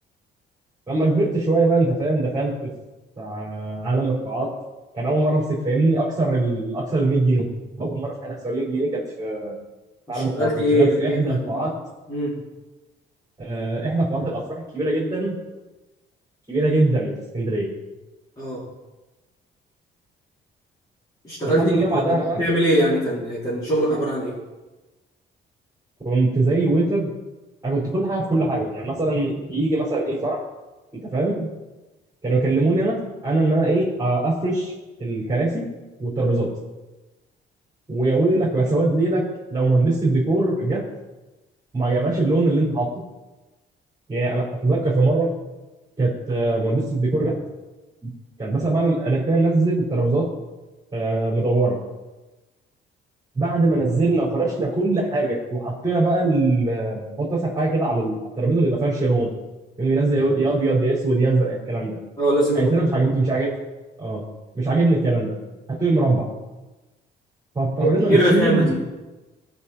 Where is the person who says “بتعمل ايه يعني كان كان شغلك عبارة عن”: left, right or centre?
Left